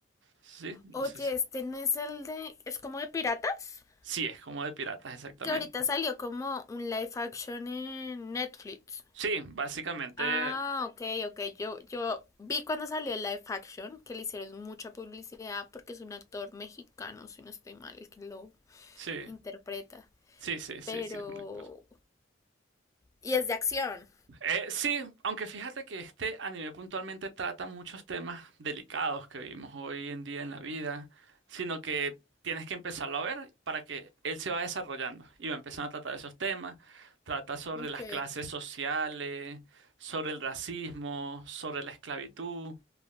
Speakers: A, on the right; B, on the left.
A: ¿Sí? No
B: Oye,
A: sé si.
B: este no es el de... ¿Es como de piratas?
A: Sí, es como de piratas, exactamente.
B: Que ahorita salió como un live action en Netflix.
A: Sí, básicamente,
B: Ah, ok, ok. Yo, yo vi cuando salió el live action que le hicieron mucha publicidad porque es un actor mexicano, si no estoy mal, el que lo
A: sí,
B: interpreta.
A: sí, sí, sí,
B: Pero...
A: sí, es un actor.
B: Y es de acción.
A: Eh, sí, aunque fíjate que este anime puntualmente trata muchos temas delicados que vivimos hoy en día en la vida, sino que tienes que empezarlo a ver para que él se va desarrollando y va empezando a tratar esos temas, trata sobre
B: Ok.
A: las clases sociales, sobre el racismo, sobre la esclavitud,